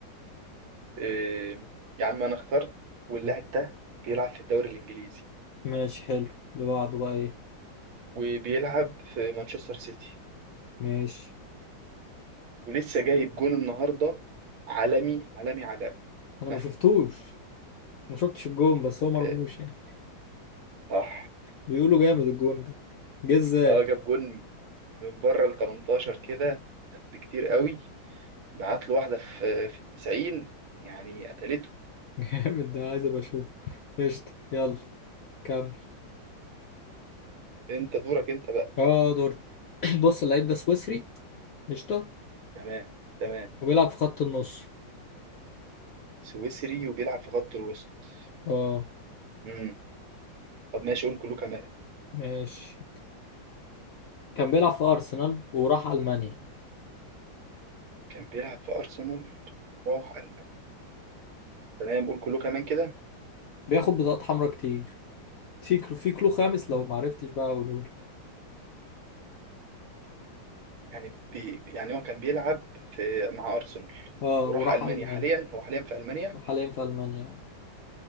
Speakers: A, on the right; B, on the left.
A: آه يا عم انا اخترت واللاعب ده بيلعب في الدوري الانجليزي
B: ماشي حلو اللي بعده بقى ايه
A: وبيلعب في مانشستر سيتي
B: ماشي
A: ولسه جايب جون النهارده عالمي عالمي عالمي
B: أنا
A: ها
B: ما شفتوش ما شفتش الجون بس هو مرموش
A: آه،
B: يعني
A: صح
B: بيقولوا جامد الجون ده جه ازاي
A: اه جاب جون من بره ال 18 كده بكتير قوي بعت له واحده في في ال 90 يعني قتلته
B: <laughs> جامد ده عايز ابقى اشوفه قشطة يلا كمل
A: انت دورك انت بقى
B: اه دور <clears throat> بص اللعيب ده سويسري قشطة
A: تمام تمام
B: وبيلعب في خط النص
A: سويسري وبيلعب في خط الوسط
B: اه
A: امم طب ماشي قول كله كمان
B: ماشي كان بيلعب في أرسنال وراح ألمانيا
A: كان بيلعب في ارسنال راح المانيا تمام قول كله كمان كده
B: بياخد بطاقات حمراء كتير في كلو في كلو خامس لو معرفتش بقى أقولهولك
A: يعني بي يعني هو كان بيلعب في مع ارسنال
B: اه
A: وراح
B: وراح
A: المانيا
B: ألمانيا
A: حاليا هو حاليا في المانيا
B: حاليا في ألمانيا